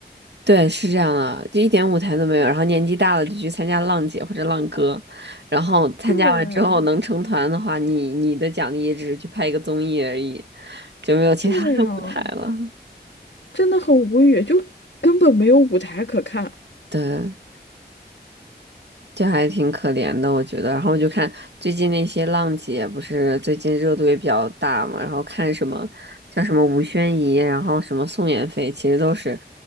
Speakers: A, on the right; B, on the left.
A: 对，是这样的，就一点舞台都没有。然后年纪大了就去参加浪姐或者浪哥，然后参加完之后能成团的话，
B: 对
A: 你你的奖励也只是去拍一个综艺而已，就没有其他的舞台了。
B: 对啊，
A: <laughs>
B: 真的很无语，就根本没有舞台可看。
A: 对。这还挺可怜的，我觉得。然后我就看最近那些浪姐，不是最近热度也比较大嘛，然后看什么像什么吴宣仪，然后什么宋妍霏，其实都是，